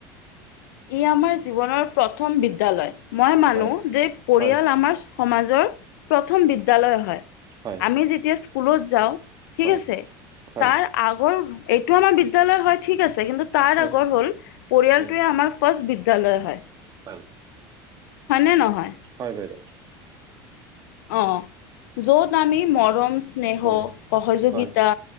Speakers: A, on the left; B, on the right.
A: ই আমাৰ জীৱনৰ প্ৰথম বিদ্যালয়, মই মানো,
B: হয়
A: যে পৰিয়াল
B: হয়
A: আমাৰ সমাজৰ প্ৰথম বিদ্যালয় হয়,
B: হয়
A: আমি যেতিয়া স্কুলত যাওঁ। ঠিক
B: হয়
A: আছে,
B: হয়
A: তাৰ আগৰ, এইটো আমাৰ বিদ্যালয় হয় ঠিক আছে, কিন্তু তাৰ
B: হয়
A: আগৰ হ'ল, পৰিয়ালটোৱে
B: হয়
A: আমাৰ ফাৰ্ষ্ট বিদ্যালয় হয়।
B: হয়।
A: হয়নে নহয়?
B: হয় বাইদেউ।
A: অঁ অঁ, য'ত আমি মৰমচ স্নেহ,
B: হয়
A: সহযোগিতা
B: হয়